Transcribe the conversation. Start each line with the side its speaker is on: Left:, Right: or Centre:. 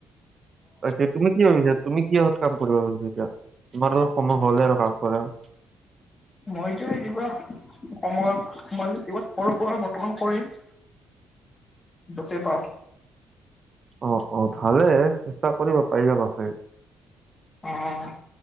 Right: এতিয়া তুমি কি ভাবিছা? তুমি- কিহত কাম কৰিবা ভাবিছা? এতিয়া তোমাৰো সময় হ'লে আৰু কাম কৰাৰ।
Left: মইটো এনেকুৱা- সময়ত সোমালি কিবা সৰুৰ পৰা বৰ্তমান কৰিম। যতে পাও।
Right: অহ অহ ভালে চেষ্টা কৰিবা পাই যাবা চাগে।
Left: অহ